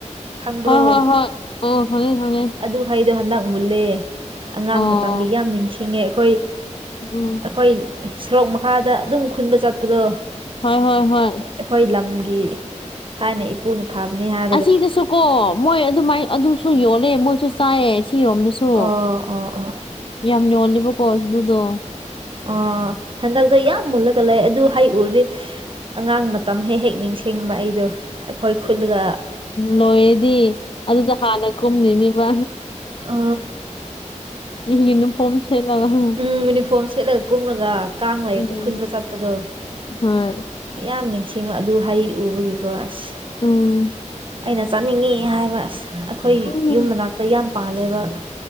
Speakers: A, on the right; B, on the left.
A: ꯈꯪꯕ꯭ꯔꯣ
B: ꯍꯣꯏ ꯍꯣꯏ ꯍꯣꯏ ꯑꯣ ꯈꯉꯦ ꯈꯉꯦ
A: ꯑꯗꯨ ꯍꯩꯗꯣ ꯍꯟꯗꯛ ꯃꯨꯜꯂꯦ ꯑꯉꯥꯡ
B: ꯑꯣ
A: ꯃꯇꯝꯒꯤ ꯌꯥꯝ ꯅꯤꯡꯁꯤꯡꯉꯦ ꯑꯩꯈꯣꯏ
B: ꯎꯝ
A: ꯑꯩꯈꯣꯏ ꯁꯣꯔꯣꯛ ꯃꯈꯥꯗ ꯑꯗꯨꯝ ꯈꯨꯟꯕ ꯆꯠꯄꯗꯣ
B: ꯍꯣꯏ ꯍꯣꯏ ꯍꯣꯏ
A: ꯑꯈꯣꯏ ꯂꯝꯒꯤ ꯊꯥꯏꯅ ꯏꯄꯨꯅ ꯊꯥꯕꯅꯤ ꯍꯥꯏ
B: ꯑꯁꯤꯗꯁꯨ ꯀꯣ ꯃꯣꯏ ꯑꯗꯨꯃꯥꯏ ꯑꯗꯨꯁꯨ ꯌꯣꯜꯂꯦ ꯃꯣꯏꯁꯨ ꯆꯥꯏꯌꯦ ꯁꯤꯔꯣꯝꯗꯁꯨ
A: ꯑꯣ ꯑꯣ ꯑꯣ
B: ꯌꯥꯝ ꯌꯣꯂꯦꯕꯀꯣ ꯑꯗꯨꯗꯣ
A: ꯑ ꯍꯟꯗꯛꯇꯣ ꯌꯥꯝ ꯃꯨꯜꯂꯒ ꯂꯩ ꯑꯗꯨ ꯍꯥꯏ ꯎꯔꯥꯗꯤ ꯑꯉꯥꯡ ꯃꯇꯝ ꯍꯦꯛ ꯍꯦꯛ ꯅꯤꯡꯁꯤꯡꯕ ꯑꯩꯗꯣ ꯑꯩꯈꯣꯏ ꯈꯨꯜꯒ
B: ꯂꯣꯏꯔꯗꯤ ꯑꯗꯨꯗ ꯍꯥꯟꯅ ꯀꯨꯝꯅꯤꯅꯦꯕ
A: ꯑ
B: ꯌꯨꯅꯤ ꯐꯝꯣ ꯍꯦꯛꯂꯒ <inaudible>
A: ꯎꯝ ꯌꯨꯅꯤꯐꯣꯝ ꯁꯦꯠꯂꯒ ꯀꯨꯝꯂꯒ ꯀꯥꯡ ꯂꯩꯔꯁꯨ
B: ꯎꯝ
A: ꯈꯨꯟꯕ ꯆꯠꯄꯗꯣ
B: ꯍꯣꯏ
A: ꯌꯥꯝ ꯅꯤꯡꯁꯤꯡꯕ ꯑꯗꯨ ꯍꯩ ꯎꯕꯒꯤꯀꯣ ꯑꯁ
B: ꯎꯝ
A: ꯑꯩꯅ ꯆꯠꯅꯤꯡꯉꯤ ꯍꯥꯏꯕ ꯑꯁ ꯑꯩꯈꯣꯏ
B: ꯎꯝ
A: ꯌꯨꯝ ꯃꯅꯥꯛꯇ ꯌꯥꯝ ꯄꯥꯜꯂꯦꯕ